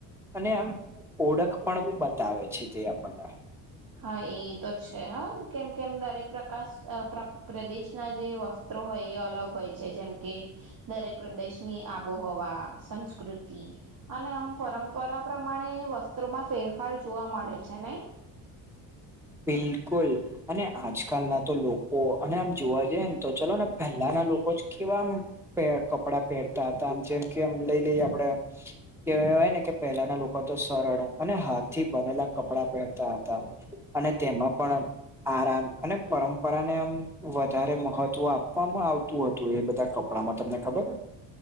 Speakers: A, in the centre; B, on the right (about 50°).
A: અને આમ ઓળખ પણ બી બતાવે છે, તે આપણને
B: હા એતો છે, હા કેમ કેમ દરેક પ્રકાશ પ્રદેશના જે વસ્તુ. હોય એ અલગ હોય છે, જેમ કે. દરેક પ્રદેશની આબોહવા સંસ્કૃતિ અને આમ પરંપરા પ્રમાણે વસ્ત્રમાં ફેરફાર જોવા મળે છે, નઈ
A: બિલકુલ અને આજકાલ નાતો લોકો અને આમ જોવા જઈને તો ચલોને પહેલાના લોકો જ કેવામ પેર કપડા પહેરતા હતા આમ જેમ કેમ લઈ લઈએ આપડે, કેવાય ને કે પહેલાના લોકોતો સરળ અને હાથથી બનેલા કપડાં પહેરતા હતા, અને તેમાં પણ, આરામ અને પરંપરાને આમ વધારે મહત્વ આપવામાં આવે. તું હતું એ બધા કપડાંમાં તમને ખબર હે.